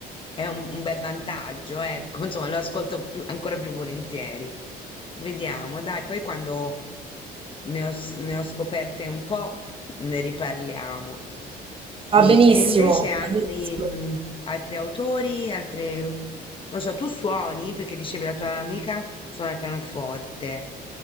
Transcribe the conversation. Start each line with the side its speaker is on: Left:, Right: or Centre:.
Left: è un, un bel vantaggio, ecco, <laughs> insomma, lo ascolto più- ancora più volentieri. Vediamo, dai, poi quando ne ho, s- ne ho scoperte un po', ne riparliamo. Sì,
Right: va benissimo.
Left: e invece altri,
Right: Va benissimo.
Left: mh, altri autori, altre... non lo so, tu suoni perché dicevi la tua amica suona il pianoforte.